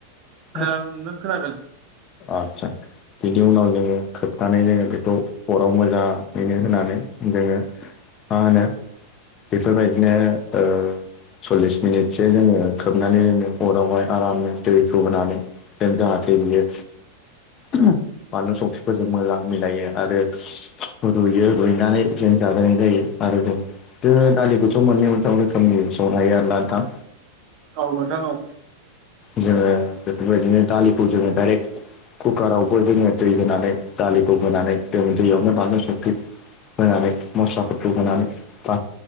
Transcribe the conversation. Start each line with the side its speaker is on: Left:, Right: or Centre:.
Right: खोनादों
Left: <inaudible>
Right: नोंथां खोनादों
Left: अ आसा बिनि उनाव जोंङो खोबनानै जोंङो बेखौ हराव मोजाङैनो होनानै जोंङो मा होनो बेफोरबायदिनो ओ सल्लिस मिनिटसो जोंङो खोबनानै जोंङो अरावहाय आरामनो दैखौ होनानै जों जाहाथे बियो ओम बानलु सफिफोरजों मोजां मिलायो आरो रुयो रुइनानै जों जाजायनाय जायो आरो जों जो दालिखौथ मोननै मोनथाम रोखोमनि संनो हायो आरोना नोंथां
Right: औ नोंथां औ
Left: जोंङो बेफोरबायदिनो दालिखौ जोंङो डाइरेक्ट कुकारावबो जोंङो दै होनानै दालिखौ होनानै जों दैयावनो बानलु संख्रि होनानै मस्लाफोरखौ होनानै बा